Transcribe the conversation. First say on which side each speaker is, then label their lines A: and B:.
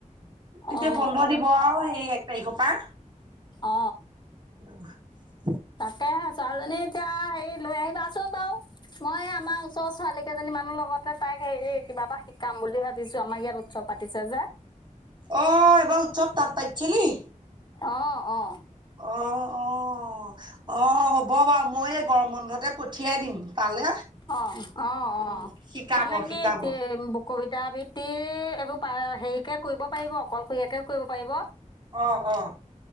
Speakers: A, on the right; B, on the left.
A: এতিয়া
B: অঁ
A: বন্ধ দিব আৰু সেই এক তাৰিখৰ পৰা
B: অ
A: অ'।
B: তাকেহে ছোৱালীজনী এতিয়া হেই লৈ আহিবাচোন বাৰু মই আমাৰ ওচৰ ছোৱালী কেইজনী মানৰ লগতে তাইক হেৰি কিবাাবা শিকাম বুলি ভাবিছো আমাৰ ইয়াত উৎসৱ পাতিছে যে
A: অ' এবাৰ উৎসৱ তাত পাতছে নে কি?
B: অ', অ'।
A: অ', অ'। অ' হ'ব বাও মই এই গৰম বন্ধতে পঠিয়াই দিম। তালে।
B: অ', অ',
A: উম,
B: অ'।
A: শিকাব
B: মানে
A: শিকাব।
B: কি তিয়ে কবিতা আবৃত্তি এইবোৰ পা হেইকে কৰিব পাৰিব, অকলশৰীয়াকেও কৰিব পাৰিব।
A: অ, অ।